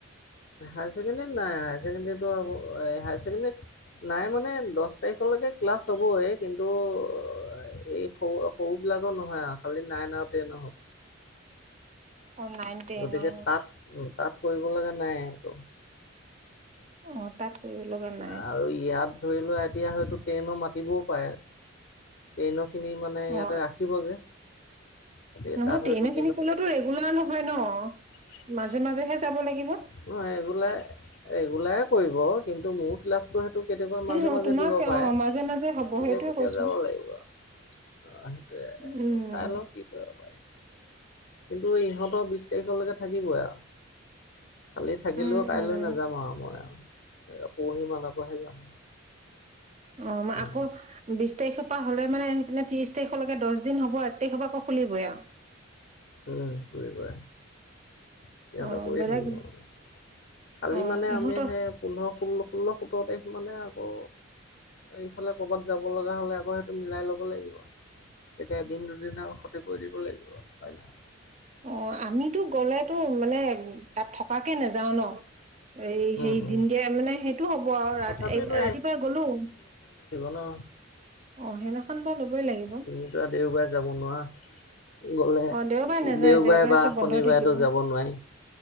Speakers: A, on the left; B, on the right.
A: হায় ছেকেণ্ডাৰী নাই। হাই ছেকেণ্ডাৰীটো আকৌ হাই নাই মানে দছ তাৰিখলৈকে ক্লাছ হ'বই। কিন্তু এই সৰু সৰু বিলাকৰ নহয় আ খালি নাইন আৰু টেইনৰ হ'ব।
B: অ নাইন, টেইন
A: গতিকে
B: অ।
A: তাত তাত কৰিব লগা নাইয়ে একো।
B: অ, তাত কৰিব লগা নাই।
A: আৰু ইয়াত ধৰি লোৱা এতিয়া হয়তো টেইনৰ মাতিবও পাএ। টেইনৰখিনি মানে ইয়াতে
B: অ
A: ৰাখিব যে। গতিকে
B: নহয়
A: তাত
B: টেইনৰ
A: হয়তো
B: খিনি কলেতো ৰেগুলাৰ নহয় ন?
A: ন
B: মাজে মাজেহে যাব লাগিব
A: এইৰেগুলাই ৰেগুলাই কৰিব। কিন্তু মোৰ ক্লাছটো হে টো কেতিয়াবা মাজে
B: অ
A: মাজে
B: তোমাক
A: দিব পাৰে।
B: অ মাজে মাজে হ'ব
A: দিলে
B: সেইটোৱে
A: তেতিয়া
B: কৈছো
A: যাব লাগিব আও। অ সেইটোৱে।
B: উম
A: চাই লওঁ কি কৰিব পাৰি। ত ইহঁতৰ বিছ তাৰিখলৈকে থাকিবই আও। খালি থাকিলেও
B: উম
A: কাইলৈ
B: উম
A: নাযাম আৰু মই আৰু। এ পৰহি মানৰ পৰাহে যাম।
B: অ
A: উম,
B: আকৌ বিছ তাৰিখৰ পৰা হ'লে মানে সেইপিনে ত্ৰিছ তাৰিখলৈকে দছ দিন হ'ব। এক তাৰিখৰ পৰা আকৌ খুলিবই আও।
A: উম, কৰিবই সিহঁতে
B: অ
A: কৰিয়ে
B: বেলেগ
A: থাকিব মানে। খালি
B: অ
A: মানে
B: ইহঁতৰ
A: আমি সেই পোন্ধৰ, ষোল্ল, ষোল্ল, সোতৰ তাৰিখ মানে আকৌ এইফালে কৰবাত যাব লগা হলে আকৌ সেইটো মিলাই লব লাগিব। তেতিয়া এদিন দুদিন আৰু ক্ষতি কৰি দিব লাগিব আৰু উপায় নাই।
B: অ আমিতো গলেতো মানে তাত থকাকে নাযাও ন? এই
A: উম,
B: সেই
A: উম।
B: দিন দিয়াৰ মানে সেইটো হ'ব আৰু ৰা
A: তথাপিতো
B: এই ৰাতিপুৱাই গলোঁ
A: অ
B: অ সেইদিনাখন বা ল'বই লাগিব
A: তুমিতো আৰু দেওবাৰে যাব নোৱাৰা। গলে
B: অ দেওবাৰে নাযায়
A: দেওবাৰে বা
B: চব বন্ধ
A: শনিবাৰেতো
B: থাকিব
A: যাব নোৱাৰি-।